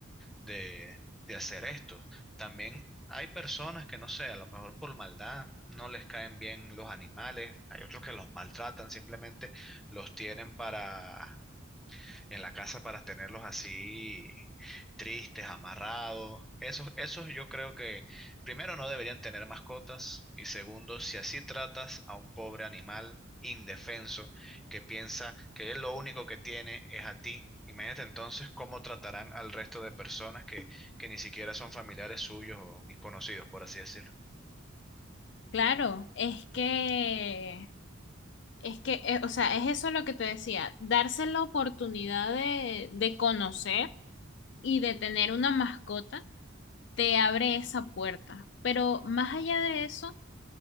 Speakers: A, in the centre; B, on the left.
A: de, de hacer esto. También hay personas que no sé, a lo mejor por maldad no les caen bien los animales, hay otros que los maltratan, simplemente los tienen para en la casa para tenerlos así tristes, amarrados. Esos, esos yo creo que primero no deberían tener mascotas y segundo, si así tratas a un pobre animal indefenso que piensa que él lo único que tiene es a ti. Imagínate entonces cómo tratarán al resto de personas que, que ni siquiera son familiares suyos o ni conocidos, por así decirlo.
B: Claro, es que, es que, eh, o sea, es eso lo que te decía, darse la oportunidad de, de conocer y de tener una mascota te abre esa puerta. Pero más allá de eso,